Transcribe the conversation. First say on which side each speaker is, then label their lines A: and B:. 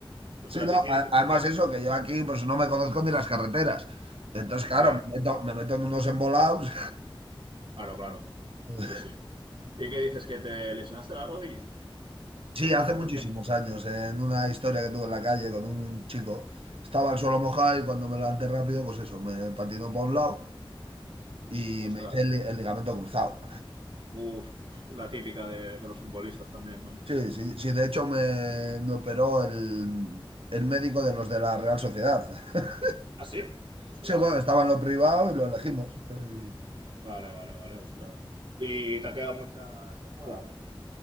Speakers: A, on the right; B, on the right.
A: Ostras,
B: Sí, no,
A: ¿y
B: a-
A: qué dices
B: además
A: que te...
B: eso, que yo aquí pues no me conozco ni las carreteras. Entonces, claro,
A: Ya,
B: me meto, me meto en unos embolados.
A: claro, claro.
B: <laughs>
A: Sí, sí. ¿Y qué dices que te lesionaste la rodilla
B: Sí, hace
A: hace
B: muchísimos
A: tiempo?
B: años, en una historia que tuve en la calle con un chico, estaba el suelo mojado y cuando me levanté rápido, pues eso, me patinó para un lado y
A: Ostras.
B: me hice el, li- el ligamento cruzado.
A: Uf, la típica de, de los futbolistas también, ¿no?
B: Sí, sí, sí, de hecho me, me operó el, el médico de los de la Real Sociedad. <laughs>
A: ¿Ah, sí? Ostras.
B: Sí, bueno, estaba en lo privado y lo elegimos. Eh,
A: Vale, vale, vale, ostras. ¿Y te ha quedado mucha secuela o qué?